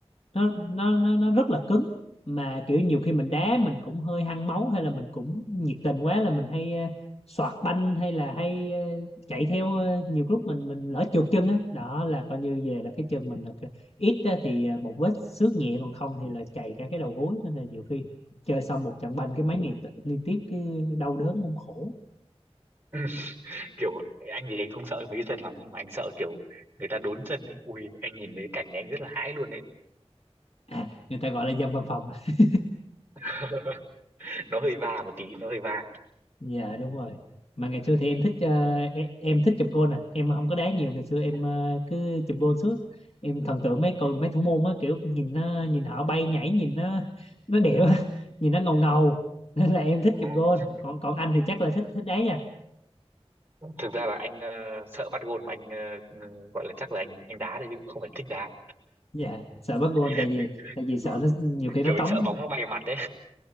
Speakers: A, on the left; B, on the right.
A: nó nó nó nó rất là cứng mà kiểu nhiều khi mình đá mình cũng hơi hăng máu hay là mình cũng nhiệt tình quá là mình hay ờ, soạt banh hay là hay ờ, chạy theo ờ, nhiều lúc mình mình lỡ trượt chân á đó là coi như về là cái chân mình là cái- ít á thì ờ, một vết xước nhẹ còn không thì là chày cả cái đầu gối nên là nhiều khi chơi xong một trận banh cái mấy ngày t- liên tiếp cái đau đớn cũng khổ
B: <laughs> kiểu anh thì anh không sợ mấy cái chân lắm nhưng mà anh sợ kiểu người ta đốn chân ấy ui anh nhìn mấy cái cảnh này anh rất là hãi luôn ấy
A: à, người ta gọi là dân văn phòng <laughs>
B: <laughs> nó hơi va một tí nó hơi va
A: dạ đúng rồi mà ngày xưa thì em thích ờ, em, em thích chụp gôn nè em không có đá nhiều ngày xưa em
B: ừ.
A: ờ, cứ chụp gôn suốt em thần tượng mấy cầu mấy thủ môn á kiểu nhìn nó nhìn họ bay nhảy nhìn nó nó đẹp á, <laughs> nhìn nó ngầu ngầu <laughs> nên là em thích
B: Ừ.
A: chụp gôn.
B: <laughs>
A: còn còn anh thì chắc là thích thích đá nha
B: thực ra là anh ờ, sợ bắt gôn mà anh ờ, ờ, gọi là chắc là anh anh đá thôi chứ cũng không phải thích đá
A: dạ sợ bắt gôn
B: <laughs>
A: tại vì tại vì sợ
B: ừ.
A: nó nhiều khi
B: kiểu
A: nó
B: anh
A: tống
B: sợ bóng nó bay vào mặt đấy